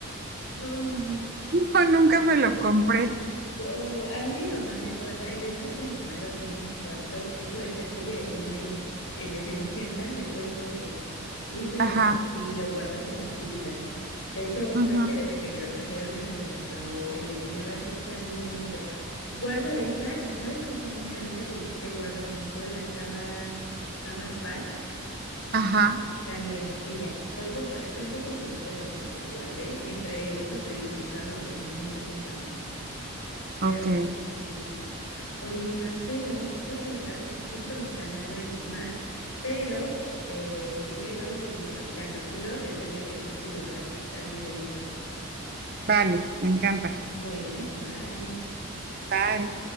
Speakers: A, on the left; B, on the right.
A: ¿Cómo?
B: No, nunca me lo compré.
A: ¿Cómo? A mí mi mamá me guarda, y de hecho, o sea, mi mamá lo tiene en su cuarto, eso, el castillo de Disney, el de Cenicienta, de Polly Pocket, y ese mi
B: Ajá,
A: mamá sí lo guarda como su vida. De hecho,
B: ujú,
A: creo que desde que me lo trajeron ese lo guardó ella, y la verdad sí está bien bonito. Guardo esa, y sabes que también, ahorita que dijiste, guardo mucho las cava, las Cabbage Patch,
B: ajá,
A: también, y ya, fue como, eh, son pocos juguetes los que guardé, y entre esos te digo mi carro que nunca funcionó, pero
B: ok.
A: sí. Oye, Emma, pero te tengo que dejar porque justo me está hablando mi mamá, pero eh, si quieres luego seguimos platicando y luego te enseño el, el castillo de Abad, que está bien bonito.
B: Vale, me encanta.
A: Bueno, bye.
B: Bye.